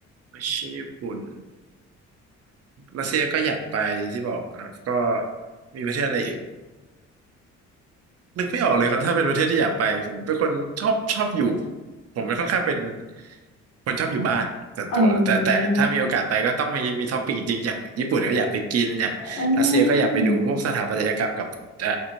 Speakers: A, on the right; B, on the left.
A: ไม่ใช่ญี่ปุ่นรัสเซียก็อยากไปที่บอกนะครับก็มีประเทศอะไรอีกนึกไม่ออกเลยครับถ้าเป็นประเทศที่อยากไปผมเป็นคนชอบชอบอยู่ผมเป็นค่อนข้างเป็น คนชอบอยู่บ้านส่วนตัวแต่แต่ถ้ามีโอกาสไปก็ต้องมีมีท็อปปิ้งจริงๆอย่างญี่ปุ่นก็อยากไปกินอย่างรัสเซียก็อยากไปดูพวกสถาปัตยกรรมกับเอ่อ
B: เอออืม